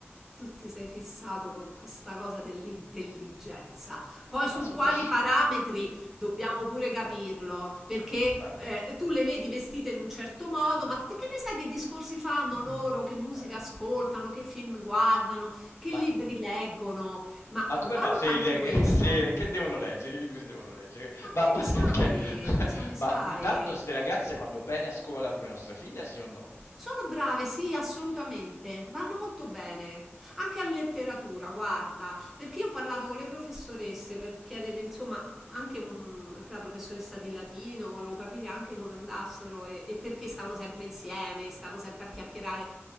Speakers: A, in the centre; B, on the left (about 75°).
A: tu ti sei fissato con questa cosa dell'intelligenza. Poi su
B: ma
A: madonna.
B: sono
A: quali
B: un po' sceme.
A: parametri dobbiamo pure capirlo, perché
B: Ma...
A: eh, tu le vedi vestite in un certo modo, ma te che ne sai che discorsi fanno loro, che musica
B: Eh,
A: ascoltano, che film guardano, che
B: Ma,
A: libri leggono? Ma
B: ma come
A: valuta
B: va? Se,
A: anche
B: le-
A: questo.
B: <laughs> se- che devono leggere? Che libri devono leggere?
A: Ma che
B: Ma a parte
A: ne sai?
B: che... <laughs>
A: Cosa ne sai?
B: Ma intanto ste ragazze vanno bene a scuola come nostra figlia, sì o no?
A: Sono brave, sì, assolutamente. Vanno molto bene. Anche a letteratura, guarda, perché io ho parlato con le professoresse per chiederle, insomma, anche, un- anche la professoressa di latino, volevo capire anche come andassero e, e perché stavano sempre insieme, stanno sempre a chiacchierare.